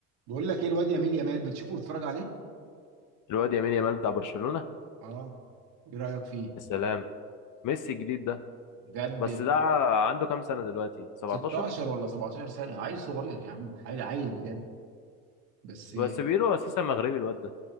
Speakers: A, on the right; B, on the left.
A: بقول لك ايه الواد يميل يمال بتشوفه بتتفرج عليه
B: الواد يمين يامال بتاع برشلونة
A: اه ايه رأيك فيه
B: يا سلام ميسي الجديد ده
A: بجد
B: بس ده عنده كام سنة دلوقتي 17
A: 16 ولا 17 سنة عيل صغير يا عم عيل عيل بجد بس
B: بس بيقولوا اساسا مغربي الواد ده